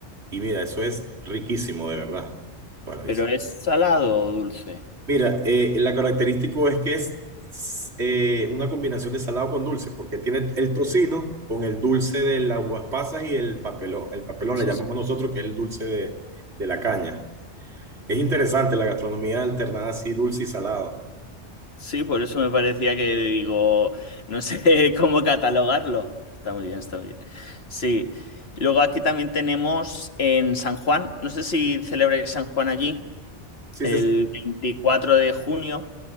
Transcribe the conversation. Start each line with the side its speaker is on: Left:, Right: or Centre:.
Right: Y mira, eso es riquísimo, de verdad, paradisíaco.
Left: pero ¿es salado o dulce?
Right: Mira, eh, la característico es que es eh, una combinación de salado con dulce, porque tiene el tocino con el dulce de las uvas pasas y el papelón. El papelón
Left: Sí,
Right: le llamamos nosotros, que es el dulce de, de la caña. Es interesante la gastronomía alternada así, dulce y salado.
Left: Sí, por eso me parecía que digo, no sé <laughs> cómo catalogarlo. Está muy bien, está muy bien. Sí. Luego aquí también tenemos en San Juan, no sé si celebráis San Juan allí,
Right: Sí,
Left: el
Right: se
Left: 24 de junio.